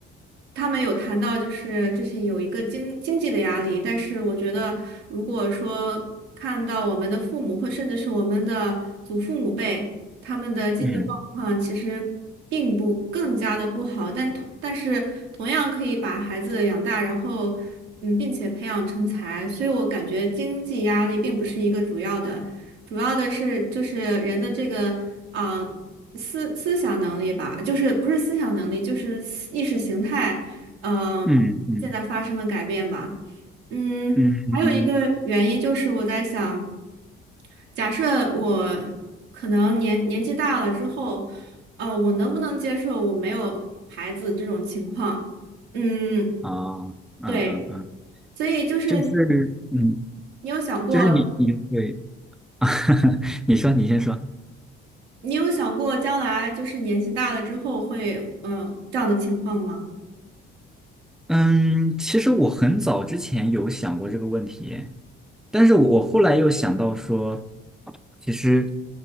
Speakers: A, on the right; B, in the centre.
A: 他们有谈到就是这是有一个经经济的压力，但是我觉得如果说看到我们的父母或甚至是我们的祖父母辈。他们的经济状况其实并不更加的不好，
B: 嗯
A: 但同但是同样可以把孩子养大，然后嗯，并且培养成才，所以我感觉经济压力并不是一个主要的，主要的是就是人的这个啊、思思想能力吧，就是不是思想能力，就是思意识形态，嗯、
B: 嗯嗯
A: 现在发生了改变吧，嗯。
B: 嗯，
A: 还有一个原因就是我在想，假设我可能年年纪大了之后，呃，我能不能接受我没有孩子这种情况？嗯，
B: 啊，嗯嗯嗯，
A: 对，所以就是你，
B: 就是嗯，
A: 你有想过，
B: 就是你你会，<laughs> 你说你先说，
A: 你有想过将来就是年纪大了之后会，嗯、这样的情况吗？
B: 嗯，其实我很早之前有想过这个问题，但是我我后来又想到说，其实，